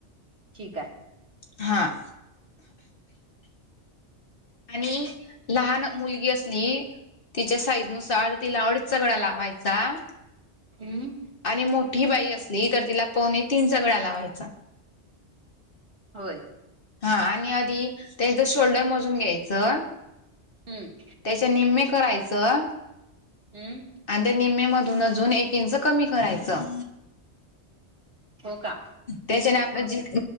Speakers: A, on the right; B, on the left.
A: ठीक आहे.
B: हा. <inaudible> आणि लहान मुलगी असली तिच्या साईज नुसार तिला आवडीचा गळा लावायचा.
A: हम्म...
B: आणि मोठी बाई असली तर, तिला पावणे तीन चा गळा लावायचा.
A: होय....
B: हा आणि आधी त्यांचं शोल्डर मोजून घ्यायचं.
A: हम्म...
B: त्याच्या निम्मे करायचं.
A: हम्म....
B: आणि ते निम्म मधून अजून, एक इंच कमी करायचं.
A: हो.. का.
B: त्याच्याने आपलं ज